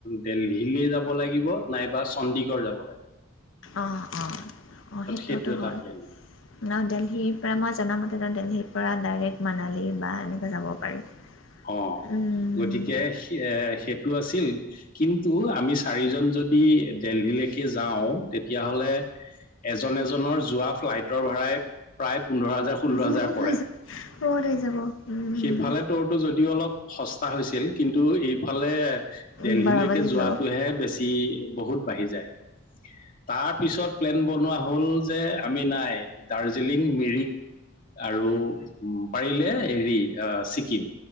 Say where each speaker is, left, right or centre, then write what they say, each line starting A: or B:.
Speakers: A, on the left; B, on the left.
A: দেল্হিলৈ যাব লাগিব। <unintelligible> নাইবা চণ্ডীগড় যাব লাগে।
B: অ অ অ সেইটোতো
A: সেইটো এটা
B: হ'ল
A: প্লেন
B: ন দেলহিৰ পৰা মই জনামতে। তে দেলহিৰ পৰা ডাইৰেক্ট মানালী বা এনেকৈ যাব পাৰি।
A: অ
B: উম,
A: গতিকে হে। <unintelligible> সেইটো আছিল কিন্তু আমি চাৰিজন যদি দেলহিলৈকে যাওঁ তেতিয়াহ'লে। এজন এজনৰ যোৱা ফ্লাইটৰ ভাড়াই প্ৰায় পোন্ধৰ হাজাৰ। ষোল্ল হাজাৰ
B: বহুত
A: পৰে
B: হৈ যাব বহুত হৈ যাব উম,
A: সেইফালে তোৰ। টো যদিও অলপ সস্তা হৈছিল কিন্তু এইফালে।
B: উম,
A: দেলহিলৈকে
B: বাৰ বাজি
A: যোৱাটোহে
B: যাব
A: বেছি বহুত বাঢ়ি যায়। তাৰ পিছত প্লেন বনোৱা হ'ল যে আমি নাই দাৰ্জিলিং মিৰিক। আৰু উ পাৰিলে হেৰি আহ ছিকিম।